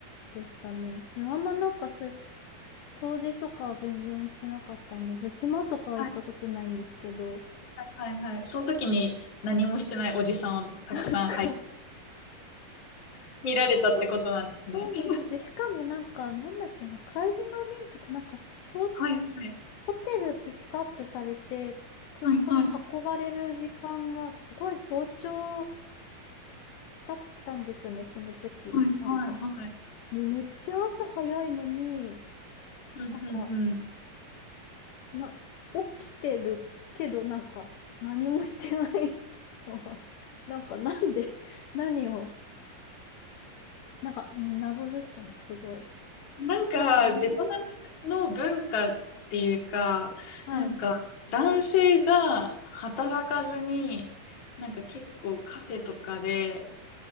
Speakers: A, on the left; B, on the left.
A: でしたね。であんまなんかそういう遠出とかは全然してなかったんです。島とかは行ったことないんですけど。
B: はいはいはいはい。その時に何もしてないおじさんをたくさん、
A: <laughs> なんか
B: はい、
A: <laughs>
B: 見られたってことなんですね。
A: え、そう、そうなんです。
B: <laughs>
A: で、しかもなんか、なんだっけな、帰りの便とか、なんかそう、
B: はいはい。
A: ホテルピックアップされて、空港に運ばれる時間がすごい早朝
B: はいはい
A: だったんですよね、その時。
B: はいはいはい。
A: なんか、もうめっちゃ朝早いのに、
B: うんうんうん。
A: なんか、な、起きてるけど、なんか、何もしてないのは、<laughs> なんか、なんで、何を、なんか、うん謎でしたね、すごい。
B: なんか、
A: なんか、みんな、
B: ベトナムの文化っていうか、
A: はい。
B: なんか、男性が働かずに、なんか結構カフェとかで、